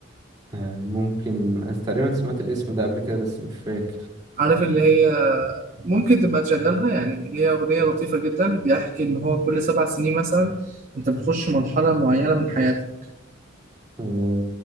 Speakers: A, on the right; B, on the right.
A: آه ممكن أنا تقريبا سمعت الاسم ده قبل كده بس مش فاكر
B: عارف اللي هي ممكن تبقى تشغلها يعني هي أغنية لطيفة جدا بيحكي إن هو كل سبع سنين مثلا أنت بتخش مرحلة معينة من حياتك
A: آه،